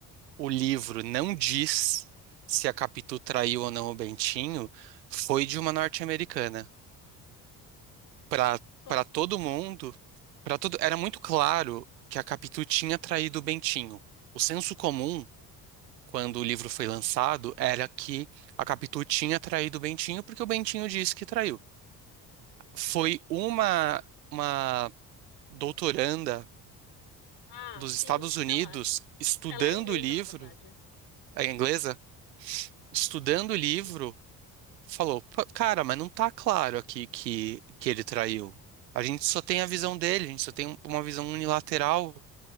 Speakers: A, on the right; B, on the left.
A: o livro não diz se a Capitu traiu ou não o Bentinho foi de uma norte-americana. Para
B: Como
A: para
B: assim?
A: todo mundo, para todo, era muito claro que a Capitu tinha traído o Bentinho. O senso comum, quando o livro foi lançado, era que a Capitu tinha traído o Bentinho porque o Bentinho disse que traiu. foi uma, uma doutoranda
B: Ah,
A: dos
B: sim,
A: Estados Unidos
B: ela,
A: estudando
B: ela é inglesa,
A: o livro,
B: na verdade.
A: a inglesa, estudando o livro,
B: Tem-
A: falou: "Pô, Cara, mas não tá claro aqui que, que ele traiu. A gente só tem a visão dele, a gente só tem uma visão unilateral